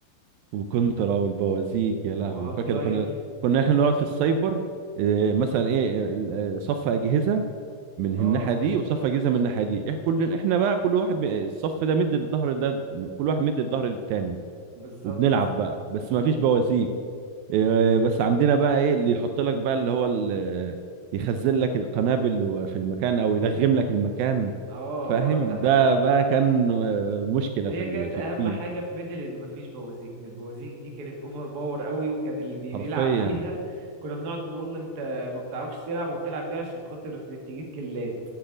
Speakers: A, on the right; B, on the right.
A: وكنترا والبوازيك يا لهوي
B: وهاف
A: فاكر
B: لايف
A: كنا كنا احنا نقعد في السايبر إيه، مثلا ايه ال- آه، صف اجهزه من الناحيه
B: اه
A: دي وصف اجهزه من الناحيه دي احنا كل احنا بقى كل واحد م- الصف ده مد الظهر ده كل واحد مد الظهر للتاني
B: بالظبط
A: وبنلعب بقى بس ما فيش بوازيك إيه، بس عندنا بقى ايه اللي يحط لك بقى اللي هو ال- يخزن لك القنابل و- في المكان او يلغم لك المكان
B: اه
A: فاهم
B: اه ده حقيقي
A: ده بقى كان آه، مشكله
B: هي
A: في ال-
B: كانت
A: في
B: اهم
A: التيم
B: حاجه في ميدل ان مفيش بوازيك ان البوازيك دي كانت اوفر باور قوي وكان اللي بي-
A: حرفيا
B: بيلعب بيها كنا بنقعد نقول له انت ما بتعرفش تلعب وبتلعب بيها عشان خاطر ت- تجيب كلات